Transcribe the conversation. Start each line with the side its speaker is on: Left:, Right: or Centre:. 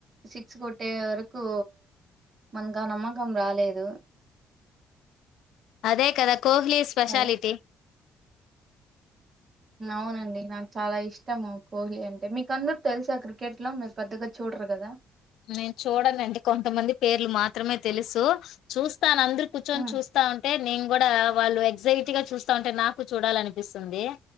Right: సిక్స్ కోట్టే వరకు మనకు ఆ నమ్మకం రాలేదు
Left: అదే కదా కోహ్లీ స్పెషాలిటీ
Right: హలో అవునండి నాకు చాలా ఇష్టము కోహ్లీ అంటే మీకు అందరికి తెలుసా క్రికెట్ లో మీరు పెద్దగా చూడరెమో కదా
Left: నేను చూడనండి కొంతమంది పేర్లు మాత్రమే తెలుసు చూస్త అందరు కూర్చొని
Right: హ్మ్
Left: చూస్తా ఉంటే నేను కూడా వాళ్ళు ఎగ్జైటీగా చూస్తా ఉంటే నాకు చూడాలనిపిస్తుంది